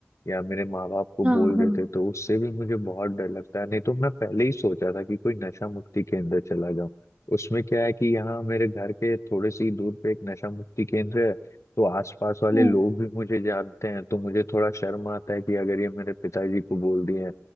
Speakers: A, on the left; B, on the right.
A: या मेरे माँ बाप को
B: हाँ
A: बोल
B: हाँ
A: देते तो उससे भी मुझे बहुत डर लगता है नहीं तो मैं पहले ही सोचा था कि कोई नशा मुक्ति केंद्र चला जाऊं उसमें क्या है कि यहाँ मेरे घर के थोड़े से ही दूर पे एक नशा मुक्ति केंद्र है तो आसपास वाले
B: हाँ
A: लोग भी मुझे जानते हैं तो मुझे थोड़ा शर्म आता है कि अगर ये मेरे पिताजी को बोल दिए